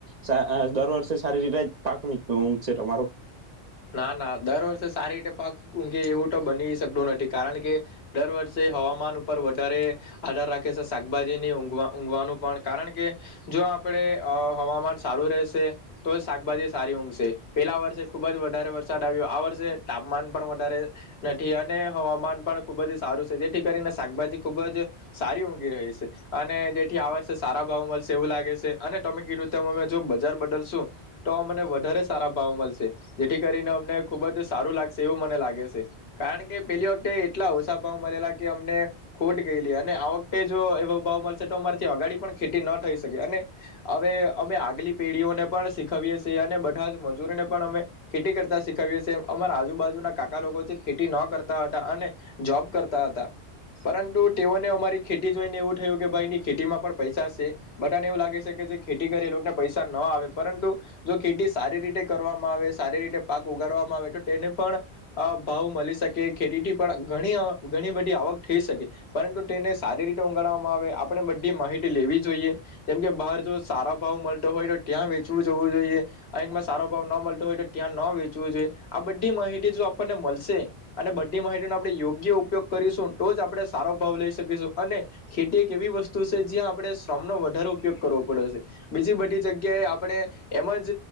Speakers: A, on the right; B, on the left.
A: સા અ દર વર્ષે સારી રીતે પાક ની ઊઘ છે તમારો
B: ના ના દર વર્ષે સારી રીતે પાક ઊંઘી એવું તો બની શકતું નથી કારણ કે દર વર્ષે હવામાન ઉપર વધારે આધાર રાખે છે શાકભાજીની ઊંઘવા ઊંઘવાનું પણ કારણ કે જો આપણેે હવામાન સારું રહેશે તો શાકભાજી સારી ઊંઘશે પેલા વર્ષે ખુબજ વધારે વરસાદ આવ્યો આ વર્ષે તાપમાન પણ વધારે નથી અને હવામાન પણ ખુબ જ સારું છે જેથી કરીને શાકભાજી ખુબ જ સારી ઊંઘી રહી છે અને જેથી આ વર્ષે સારા ભાવ મળશે એવું લાગે છે અને તમે કી રુંતે અમે જો બજાર બદલશું તો મને વધારે સારા ભાવ મળશે. જેથી કરીને અમને ખૂબ જ સારું લાગશે એવું મને લાગે છે કારણ કે પેલી વખતે એટલા ઓછા ભાવ મળેલા કે અમને ખોટ ગયેલી અને આ વખતે જો એવો ભાવ મળશે તો અમારીથી અગાડી પણ ખેતી ન થઈ શકે અને હવે અમે આગલી પેઢીઓને પણ શીખવીએ છીએ અને બધા જ મજૂરોને પણ અમે ખેતી કરતા શીખએ છે અમારા આજુબાજુના કાકા લોકો જે ખેતી ન કરતા હતા અને જોબ કરતા હતા પરંતુ તેઓને અમારી ખેતી જોઈને એવું થયું કે ભાઈની ખેતી માં પણ પૈસા છે બધાને એવું લાગે છે કે જે ખેતી કરે એ લોકોને પૈસા ન આવે પરંતુ જો ખેતી સારી રીતે કરવામાં આવે સારી રીતે પાક ઉગાડવામાં આવે તો તેને પણ ભાવ મળી શકે ખેતીથી પણ ઘણી ઘણી બધી આવક થઈ શકે પરંતુ તેને સારી રીતે ગાડવામાં આવે આપણે બધી માહિતી લેવી જોઈએ કેમ કે બહાર જો સારા ભાવ મળ નો હોય તો ત્યાં વેચવું જવું જોઈએ. અહીંકમાં સારો ભાવ ન મલતો હોય તો ત્યાં ન વેચવું જોઈ. આ બધી માહિતી જો આપણને મલશે અને બધી માહિતીનો આપણે યોગ્ય ઉપયોગ કરીશું તો જ આપણે સારો ભાવ લઈ શકીશું, અને ખેતી એક એવી વસ્તુ સે જ્યાં આપણે શ્રમનો વધારેો ઉપયોગ કરવો પડે છે. બીજી બધી જગ્યાએ આપણે એમ જ